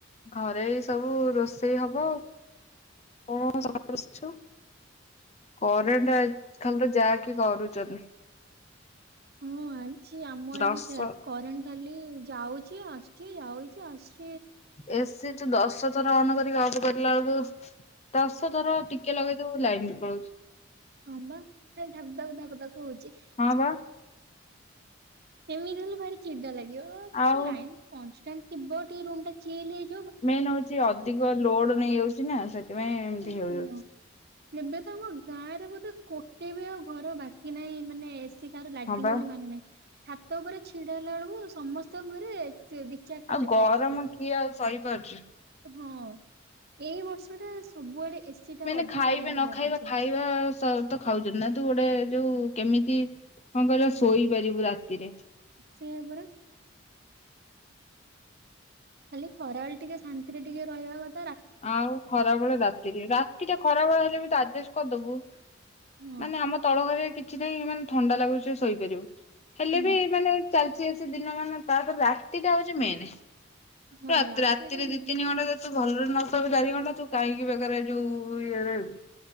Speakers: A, on the left; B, on the right.
A: ଘରେ ସବୁ ରୋଷେଇ ହବ ଆ କ କରେଣ୍ଟ ଖାଲି ତ ଯାହାକ କରୁଛନ୍ତି।
B: ହଁ ଆଇ। ଛି ଆମ ଆଡେ
A: ଦଶ
B: ବି ସେୟା କରେଣ୍ଟ ଖାଲି ଯାଉଛି ଆସଛି ଯାଉଛି ଆସ
A: ଏ ସେ ତ ଦଶ ଥ ର ଅନ୍ କରିକି ଅଫ୍ କରିଲା ବେଳକୁ ଦଶ ଥର ଟିକେ ଲଗେଇଥିବୁ ଲାଇନ୍ ପଳଉଛୁ।
B: ହଁ ବା ଖାଲି ଧାକୁ ତାକୁ ଧାକୁ ତାକ ହଉଚି।
A: ହଁ ବା
B: ଏମିତି ହେଲେ ଭାରି ଚିଡ଼ା ଲାଗ ଇଏ <unintelligible>
A: ଆଉ
B: ଲାଇନ୍ କନସ ଟ୍ରେନ ଥିବ ଟିକେ ରୁମ୍ ଟା ଚିଲ୍ ହେଇ
A: ମେନ୍ ହଉଛି ଅଧିକ ଲୋଡ୍ ନେଇଯାଉ ଚିନା ସେ ସେଥିପାଇଁ ଏମତି
B: ଓହୋ।
A: ହେଉଯାଉଛି।
B: ଏବେ ତ ଆମ ଗାଁରେ ବୋଧେ ଗୋଟେ ବି ଆଉ ଘର ବାକି ନାହିଁ ମାନେ ଏସ ସି କାହାର ଲାଗିନି
A: ହଁ ବା
B: ବୋଲି ମାନେ ନାହିଁ। ଛାତ ଉପରେ ଛିଡା ହେଲା ବେଳକୁ ସମସ୍ତଙ୍କ ଘରେ ଚେ- ଦି ଚାରିଟା
A: ଆଉ
B: ଲେଖା
A: ଗରମ
B: ଏସି
A: କିଏ ଆଉ ସ ସହିପାରୁଚୁ।
B: ହଁ ଏଇ ବର୍ଷ ଟା ସବୁଆଡେ ଏସି ଟା
A: ମାନେ
B: ଅଧିକ
A: ଖାଇବେ
B: ମାନେ
A: ନ
B: ଲାଗିଛି
A: ଖାଇବା ଖାଇବା ସ-ତ ଖାଉଚନ୍ତି ନା ତୁ ଗୋଟେ ଯୋଉ କେମିତି କଣ କହିଲ ଶୋଇପାରିବୁ ରାତିରେ।
B: ସେୟା ପରା। ଖାଲି ଖରାବେଳେ ଟିକେ ଶାନ୍ତିରେ ଟିକେ ରହିବା କ
A: ଆଉ ଖରାବେଳେ ରାତିରେ ରାତିଟା ଖରାବେଳେ ହେଲେ ବି ତ ଆଜେଷ କଦବୁ।
B: ହଁ
A: ମାନେ ଆମ ତଳ ଘରେ କିଛି ନାଇଁ ମାନେ ଥଣ୍ଡା ଲାଗୁଚି ଶୋଇପାରିବୁ। ହେଲେ
B: ହୁଁ
A: ବି ମାନେ ଚାଲିଛି ଏସି ଦିନ ମାନ ତା ପରେ ରାତିଟା ହଉଚି ମେନେ।
B: ହଁ
A: ରା-ରାତିରେ
B: ରାତିଟା ମେନ୍
A: ଦି ତିନି ଘଣ୍ଟା ଯ ତୁ ଭଲରେ ନ ତବେ ଚାରି ଘଣ୍ଟା ତୁ କାହିଁକି ବେକାର ଏ ଯୋଉ ଇଏ ରହିବୁ।